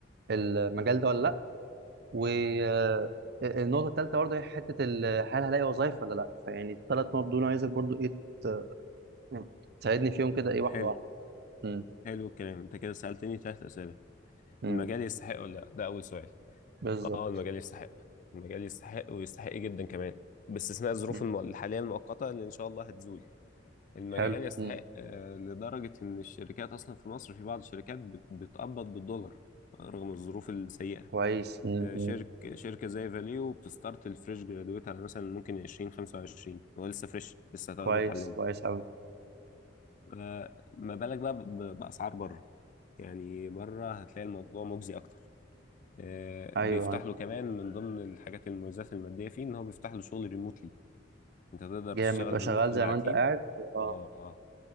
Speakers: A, on the right; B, on the left.
A: المجال ده ولا لا والنقطه الثالثه برضو هي حته ال- هل هلاقي وظايف ولا لا فيعني الثلاث نقط دول عايزك برضو ايه ت- يعني تساعدني فيهم كده ايه واحده
B: حلو
A: واحده مم.
B: حلو الكلام انت كده سالتني ثلاث اسئله
A: مم.
B: المجال يستحق ولا لا ده اول سؤال
A: بالظبط
B: اه المجال يستحق المجال يستحق ويستحق جدا كمان باستثناء الظروف
A: مم.
B: الم- الحاليه المؤقته اللي ان شاء الله هتزول المجال
A: حلو
B: يستحق
A: مم.
B: آه، لدرجة إن الشركات أصلا في مصر في بعض الشركات بت- بتقبض بالدولار رغم الظروف السيئة
A: كويس مم.
B: آه،
A: مم.
B: شرك شركة زي فاليو بتستارت الفريش جرادويت على مثلا ممكن 20 25 هو لسه فريش لسه هتاخده
A: كويس
B: وتعلمه
A: كويس قوي
B: آه، ما بالك بقى ب- بأسعار بره يعني بره هتلاقي الموضوع مجزي أكتر آه،
A: ايوه
B: بيفتح له كمان من ضمن الحاجات المميزات المادية فيه إن هو بيفتح له شغل ريموتلي أنت تقدر
A: جامد
B: تشتغل
A: تبقى شغال
B: ريموتلي
A: زي
B: مع
A: ما
B: تيم
A: انت قاعد آه.
B: آه